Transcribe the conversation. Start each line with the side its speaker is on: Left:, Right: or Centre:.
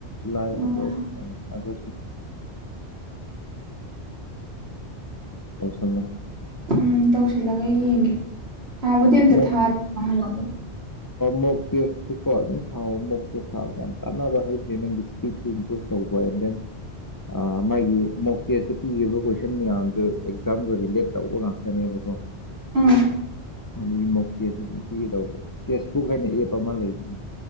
Left: ꯂꯥꯏ
Right: ꯑꯣ
Left: ꯑꯗꯁ ꯑ ꯑꯗ ꯣꯇꯁ
Right: ꯎꯝ ꯇꯧꯁꯤꯜꯂꯒ ꯌꯦꯡꯒꯦ ꯊꯥꯕꯨꯗꯤ ꯑꯝꯇ
Left: ꯃꯣꯛ
Right: ꯊꯥ ꯍꯥꯏꯦ
Left: ꯃꯣꯛ ꯇꯦꯁꯇꯨꯀꯣ ꯑꯗꯨꯝ ꯊꯥꯎꯑꯣ ꯃꯣꯛ ꯇꯦꯁ ꯊꯥꯕꯁ ꯌꯥꯝ ꯀꯥꯟꯅꯕ ꯍꯩꯇꯦ ꯅꯪꯒꯤ ꯏꯁꯄꯤꯠꯁꯦ ꯏꯝꯄ꯭ꯔꯨꯁ ꯇꯧꯕ ꯑꯣꯏꯔꯗꯅ ꯃꯥꯒꯤ ꯃꯣꯛ ꯇꯦꯁꯇ ꯄꯤꯔꯤꯕ ꯀꯣꯏꯁꯟ ꯃꯌꯥꯝꯗꯨ ꯑꯦꯛꯖꯥꯝꯒ ꯔꯤꯂꯦꯠ ꯇꯧꯕ ꯉꯥꯛꯇꯅꯦꯕꯀꯣ
Right: ꯎꯝ
Left: ꯑꯗꯨ ꯃꯧꯛꯇꯦ ꯑꯗꯨꯝ ꯄꯤꯒꯗꯧꯕ ꯇꯦꯛꯁꯕꯨꯛ ꯍꯥꯏꯅ ꯑꯦꯞ ꯑꯃ ꯂꯩꯕꯅꯦ